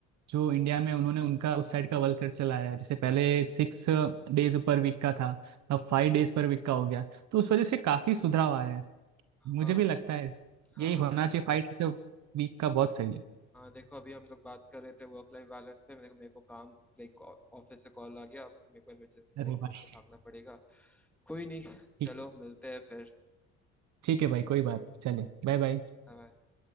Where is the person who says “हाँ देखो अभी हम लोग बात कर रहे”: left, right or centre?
Centre